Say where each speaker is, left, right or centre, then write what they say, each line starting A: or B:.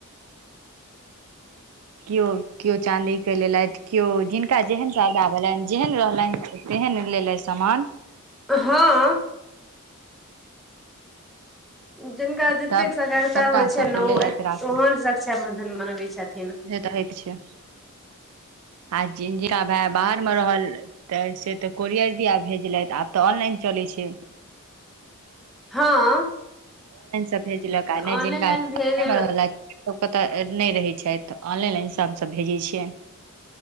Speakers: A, in the centre; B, on the right (about 75°).
A: <inaudible>
B: केओ - केओ चाँदी के लेलथि केओ जिनका जेहन ज्यादा भेलनि जेहन रहलनि। तेहन लेलैथ समान।
A: हँ। जिनका जतेक
B: सब
A: सगरता
B: सबटा
A: होइ
B: सबके
A: छै ने
B: लेलथि
A: ओ एते
B: राखी
A: ओहेन से क्षाबन्धन मनबै छथिन।
B: दे दहैत छिया <unintelligible>
A: <inaudible>
B: आ जिनकर भाग बाहर मे रहल त से त कोरियर दिया भेजलथि आब त ऑनलाइन चलैत छै।
A: हँ।
B: ऑनलाइन से भेजलक
A: तऽ
B: नहि
A: ऑनलाइन
B: जिनका
A: लाइन
B: अंगने
A: भेज
B: मे रहलैथ सभ पता नहि रहै छथि त ऑनलाइने सँ हमसभ भेजै छियनि।